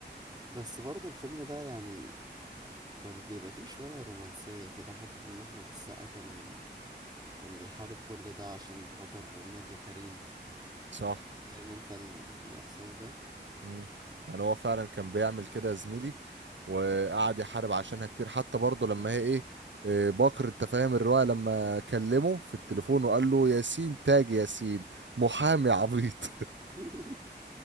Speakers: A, on the right; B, on the right.
A: بس برضه الفيلم ده يعني كان بيبقى فيه شوية رومانسية كده حتة إن أحمد السقا كان كان بيحارب كل ده عشان خاطر نيللي كريم
B: صح
A: فاهم أنت ال... الإحساس ده؟
B: مم. يعني هو فعلا كان بيعمل كده يا زميلي وقعد يحارب عشانها كتير حتى برضه لما هي ايه إيه، باكر انت فاهم الرواية لما كلمه في التليفون وقال له ياسين تاج ياسين محامي عبيط
A: <laughs>